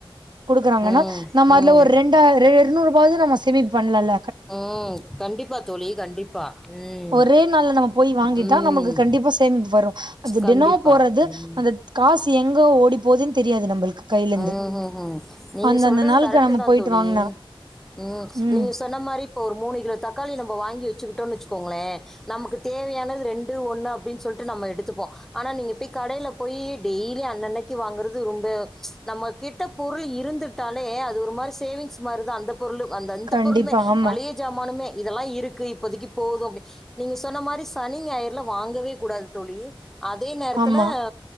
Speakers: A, on the right (about 55°); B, in the centre.
A: குடுக்குறாங்கன்னா
B: ம்
A: நம்ம
B: ம்
A: அல ஒரு ரெண்டாயிர ரெண் எர்நூறுபால நம்ம சேமிப்பு பண்லால
B: உம் கண்டிப்பா தோழி கண்டிப்பா ம்
A: ஒரே நாள்ல நம்ம போய் வாங்கிட்டா
B: ம்
A: நம்மளுக்கு கண்டிப்பா சேமிப்பு வரும் அது
B: கண்டிப்பா
A: டினோ போறது
B: ம்
A: அந்த காசு எங்கோ போதுன் தெரியாது நம்மளுக்கு கையில இருந்து
B: உம் உம் நீங்க
A: அந்தந்த
B: சொல்றது
A: நாளுக்கு
B: கரெக்ட்
A: நம்ம
B: தா
A: போயிட்டு
B: தோழி
A: வாங்கனா
B: உம்
A: ம்
B: நீங்க சொன்ன மாரி இப்ப ஒரு மூணு கிலோ தக்காளி நம்ம வாங்கி வச்சுக்கிட்டோம்னுு வச்சுக்கோங்களே நமக்கு தேவையானது ரெண்டு ஒண்ணு அப்படின்னு சொல்லிட்டு நம்ம எடுத்துப்போம் ஆனா நீங்க போய் கடையில போய் டெய்லி அன்னன்னைக்கு வாங்கறது ரொம்ப நம்ம கிட்ட பொருள் இருந்துட்டாலே அது ஒரு மாதிரி சேவிங்ஸ் மாதிரி தா அந்த பொருளும் அந்த இந்த
A: கண்டிப்பா
B: பொருளுமே
A: ஆமா
B: மளிகா ஜாமானுமே இதெல்லா இருக்கு இப்போதைக்கு போது அப்ப நீங்க சொன்ன மாதிரி சனி ஞாயறு எல்லா வாங்கவே கூடாது தோழி அதே நேரத்துல
A: ஆமா
B: அ